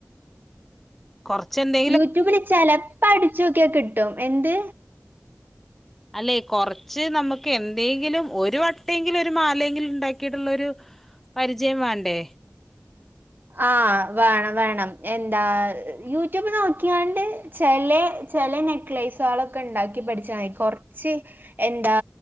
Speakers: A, in the centre; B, on the right.
A: കുറച്ച് ന്തേ
B: യൂട്യൂബില് ചെലപ്പോ അടിച്ചോക്കിയ കിട്ടും എന്ത്
A: അല്ലെ കൊറച്ച് നമുക്ക് എന്തെങ്കിലും ഒരു വട്ടയെങ്കിലും ഒരു മാലയെങ്കിലും ഉണ്ടാക്കിയിട്ടുള്ളരു പരിചയം വേണ്ടേ
B: ആഹ് വേണം വേണം എന്താ യൂട്യൂബ് നോക്കിയണ്ട് ചെലെ ചെലെ നെക്ലേസുകളൊക്കെ ഉണ്ടാക്കി പഠിച്ച തി കുറച്ച് എന്താ